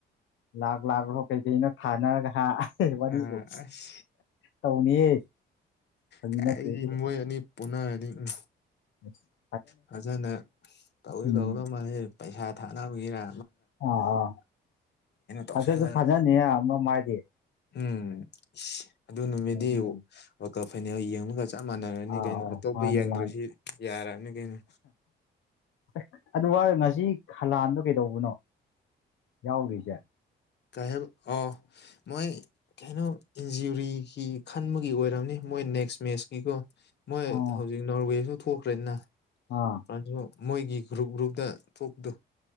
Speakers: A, on the left; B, on the left.
A: ꯂꯥꯛ ꯂꯥꯛꯂꯣ ꯀꯩꯀꯩꯅꯣ ꯊꯥꯅꯔꯒ ꯍꯥ ꯋꯥꯔꯤꯕꯣ
B: ꯑ ꯑꯁ
A: ꯇꯧꯅꯤꯍꯦ ꯐꯥꯒꯤ
B: ꯀꯥꯏꯗꯩ
A: ꯅꯠꯇꯦ ꯑꯗꯨꯕꯨ
B: ꯃꯣꯏꯅꯤ ꯄꯣꯅꯔꯗꯤ ꯎꯝ
A: <inaudible>
B: ꯐꯖꯅ ꯇꯧꯗꯤ
A: ꯎꯝ
B: ꯇꯧꯗꯧ ꯃꯥꯜꯂꯤꯍꯦ ꯄꯩꯁꯥ ꯊꯥꯅꯕꯒꯤꯔꯥ
A: ꯑ ꯑꯥ
B: ꯇꯧꯁꯜꯂꯒ
A: ꯑꯁꯤꯁꯨ ꯐꯖꯅꯤ ꯑꯃ ꯃꯥꯒꯤ
B: ꯎꯝ ꯑꯗꯨ ꯅꯨꯃꯤꯗꯤ
A: ꯅꯩꯗꯤ ꯅꯩ
B: ꯋꯥꯜ ꯀꯞ ꯐꯥꯅꯦꯜ ꯌꯦꯡꯕꯒ ꯆꯞ ꯆꯞ ꯃꯥꯟꯅꯔꯅꯤ
A: ꯑꯥ
B: ꯀꯩꯅꯣ
A: ꯑꯥ
B: ꯑꯇꯣꯞꯄ
A: ꯃꯥꯅꯦ
B: ꯌꯦꯡꯗ꯭ꯔꯁꯨ
A: ꯃꯥꯅꯦ
B: ꯌꯥꯔꯛꯑꯅꯤ ꯀꯩꯅꯣ
A: ꯑꯦ ꯑꯗꯨ ꯍꯥꯏꯔ ꯉꯁꯤ ꯈꯂꯥꯟꯗꯣ ꯀꯩꯗꯧꯕꯅꯣ ꯌꯥꯎꯗꯤꯁꯦ
B: ꯀꯩ ꯍꯥꯏꯕ ꯑꯣ ꯃꯣꯏ ꯀꯩꯅꯣ ꯏꯟꯖꯨꯔꯤꯒꯤ ꯈꯟꯕꯒꯤ ꯑꯣꯏꯔꯝꯅꯤ ꯃꯣꯏꯅ ꯅꯦꯛꯁ ꯃꯦꯠꯁꯀꯤꯀꯣ ꯃꯣꯏ
A: ꯑꯥ
B: ꯍꯧꯖꯤꯛ ꯅꯣꯔꯋꯦꯁꯨ ꯊꯣꯛꯈ꯭ꯔꯦꯗꯅ
A: ꯑꯥ
B: ꯐ꯭ꯔꯥꯟꯁ ꯁꯨ ꯃꯣꯏꯒꯤ ꯒ꯭ꯔꯨꯞ ꯒ꯭ꯔꯨꯞꯇ ꯊꯣꯛꯄꯗꯨ